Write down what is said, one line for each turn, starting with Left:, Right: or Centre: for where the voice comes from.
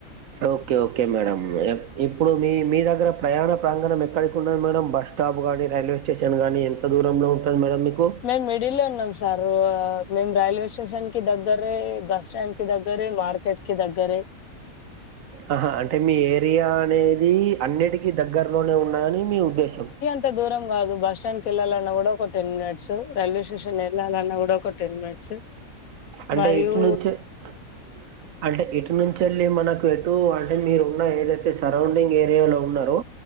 Right: ఓకే ఓకే మేడం ఎప్ ఇప్పుడు మీ మీ దగ్గర ప్రయాణ ప్రాంగనం ఎక్కడికున్నది మేడం బస్స్టాప్ గాని రైల్వే స్టే స్టేషన్ గాని ఎంత దూరంలో ఉంటది మేడం మీకు
Left: మేమ్ మీడిలో ఉన్నామ్ సారు మేము రైల్వే స్టేషన్ కి దగ్గరే బస్ స్టాండ్ కి దగ్గరే మార్కెట్ కి దగ్గరే
Right: ఆహా అంటే మీ ఏరియా అనేద్ ది అన్నిటికీ దగ్గర్లోనే ఉన్న అని మీ ఉద్దేశం
Left: ఎంత దూరం కాదు బస్ స్టాండ్ కి ఎల్లాలన్న కూడా ఒక టెన్ మినిట్స్ రైల్వే స్టేషన్ వెళ్ళాలన్నా కూడా ఒక టెన్ మినిట్స్
Right: అంటే
Left: మరియు
Right: ఇటునుంచే ఆ అంటే ఎటు నుంచి వెళ్ళి మనకు ఎటు అంటే మీరు ఉన్న ఏదైతే సరౌండింగ్ ఏరియాలో ఉన్నారో